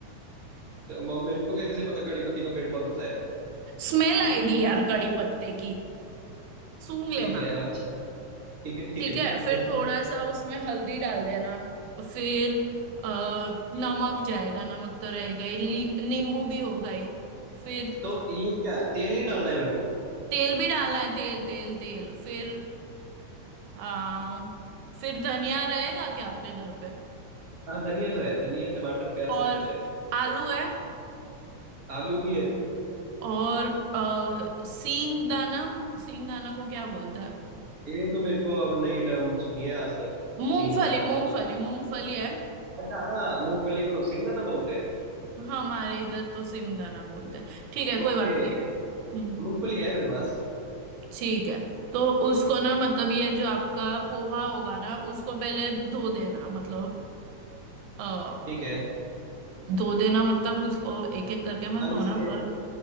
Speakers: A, on the right (about 50°); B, on the right (about 80°).
A: तो म- मेरे को कैसे पता कड़ी पत्ती का पेड़ कौन सा है
B: स्मेल आएगी
A: हम्म,
B: यार कड़ी पत्ते की सूंघ लेना
A: ठीक है अच्छा ठीक है ठीक
B: ठीक
A: है
B: है फिर
A: <laughs>
B: थोड़ा सा उसमें हल्दी डाल देना फिर अ, नमक जाएगा नमक तो रहेगा ही ली- नींबू भी होगा ही फिर
A: तो ये क्या तेल नहीं डालना है मेरे को
B: तेल भी डालना है तेल तेल तेल फिर आ, फिर धनिया रहेगा क्या आपके घर पे
A: हाँ धनिया तो है धनिया टमाटर प्याज
B: और
A: सब कुछ है
B: आलू है
A: आलू भी है
B: और अ, सींग दाना सींग दाना को क्या बोलते हैं
A: ये तो मेरे को अब नई टर्म सुनी है आज तक
B: मूंगफली
A: सींग दाना
B: मूंगफली मूंगफली है
A: अच्छा हाँ मूंगफली को सिंगदाना बोलते हैं
B: हमारे इधर तो सींग दाना बोलते हैं ठीक है
A: ओके
B: कोई बात नहीं हम्म
A: मूंगफली है मेरे पास
B: ठीक है तो उसको ना मतलब ये जो आपका पोहा होगा ना उसको पहले धो देना मतलब अ,
A: ठीक है
B: धो देना मतलब उसको एक एक करके मत
A: पानी
B: धोना
A: से
B: पर